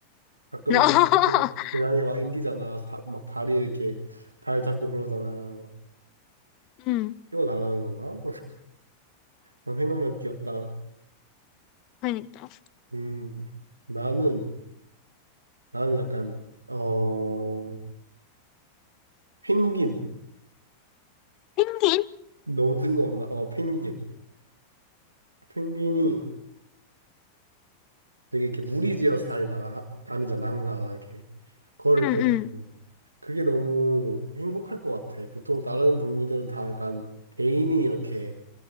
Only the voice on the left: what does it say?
<laughs>
응,
그러니까.
펭귄?
응,
응.